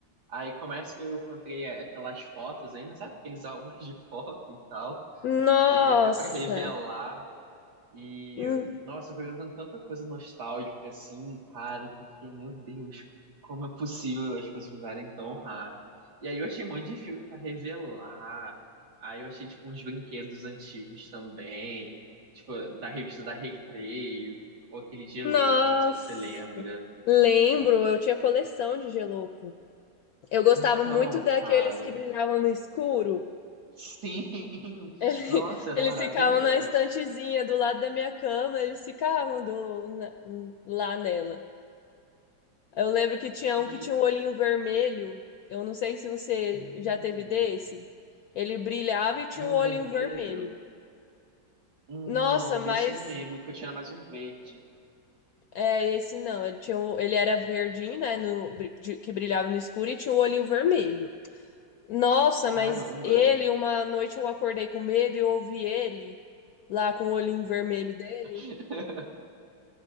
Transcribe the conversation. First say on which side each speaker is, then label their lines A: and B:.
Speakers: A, on the right; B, on the left.
A: Aí começa que eu encontrei aquelas fotos ainda, sabe? Aqueles <laughs> álbuns de foto e tal.
B: Nossa,
A: E até pra revelar. E,
B: hum,
A: nossa, foi jogando tanta coisa nostálgica assim, cara, que eu fiquei, meu Deus, como é possível as coisas mudarem tão rápido? E aí eu achei um monte de filme pra revelar. Aí eu achei, tipo, uns brinquedos antigos também, tipo, da revista da Recreio, ou aquele dia
B: nossa.
A: Loucos, não sei se você lembra.
B: Lembro, eu tinha coleção de geloco. Eu gostava
A: Então,
B: muito daqueles
A: cara,
B: que brilhavam no escuro.
A: sim, <laughs>
B: Ele- <laughs>
A: nossa, eram
B: Eles
A: maravilhosos.
B: ficavam na estantezinha do lado da minha cama, eles ficavam do- na- lá nela. Eu lembro que tinha
A: E,
B: um que tinha um olhinho vermelho. Eu não sei se você
A: hum,
B: já teve desse. Ele brilhava e tinha
A: de um
B: um olhinho
A: vermelho.
B: vermelho.
A: Não,
B: Nossa, mas
A: desse eu não lembro, que eu tinha mais um verde.
B: É, esse não. Ele tinha, o- ele era verdinho, né? No, de- que brilhava no escuro e tinha o olhinho vermelho. Nossa, mas
A: Caramba.
B: ele, uma noite eu acordei com medo e eu ouvi ele lá com o olhinho vermelho dele.
A: <laughs>